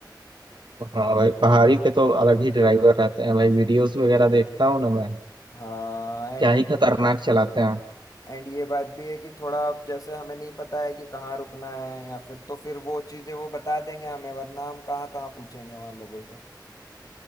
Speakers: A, on the right; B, on the left.
A: हाँ भाई पहाड़ी पे तो अलग ही ड्राइवर रहते हैं भाई वीडियोस वगैरह देखता हूँ ना मैं
B: हाँ एंड
A: क्या ही खतरनाक चलाते हैं
B: एंड ये बात भी है कि थोड़ा अब जैसे हमें नहीं पता है कि कहाँ रुकना है या फिर तो फिर वो चीजें वो बता देंगे हमें वरना हम कहाँ कहाँ पूछेंगे वहां लोगों से